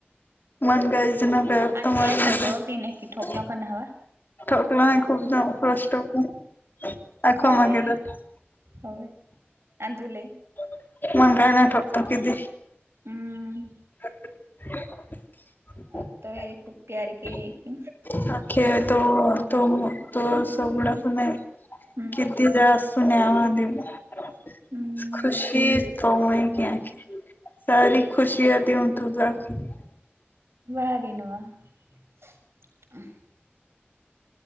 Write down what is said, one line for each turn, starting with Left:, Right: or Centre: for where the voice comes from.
Left: <unintelligible>
Right: अंतिया सबड़ो तीन एकी ठोक्यो का नवा
Left: <unintelligible>
Right: अने <unintelligible>
Left: <unintelligible>
Right: हम्म
Left: ह
Right: आता वेरी खूप प्यार के है की
Left: <unintelligible> <unintelligible>
Right: हम्म हम्म
Left: <unintelligible> <unintelligible>
Right: <unintelligible>